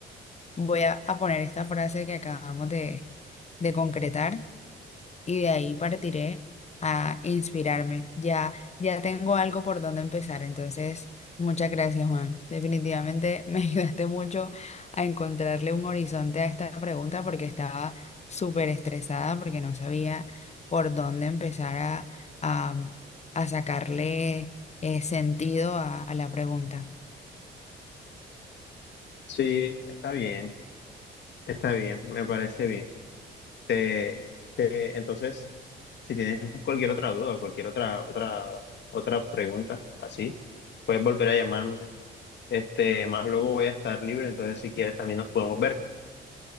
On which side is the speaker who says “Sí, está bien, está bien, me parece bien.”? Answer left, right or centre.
Left